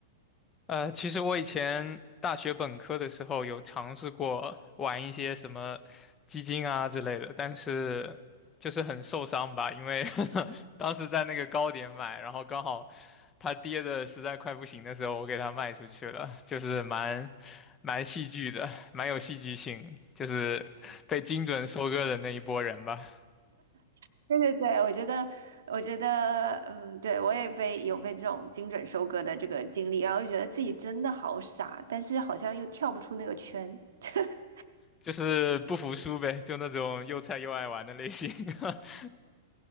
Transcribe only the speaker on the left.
呃，其实我以前大学本科的时候有尝试过玩一些什么基金啊之类的，但是就是很受伤吧，因为 <laughs> 当时在那个高点买，然后刚好它跌的实在快不行的时候，我给它卖出去了，就是蛮蛮戏剧的，蛮有戏剧性，就是被精准收割的那一波人吧，
就是不服输呗，就那种又菜又爱玩的类型。<laughs>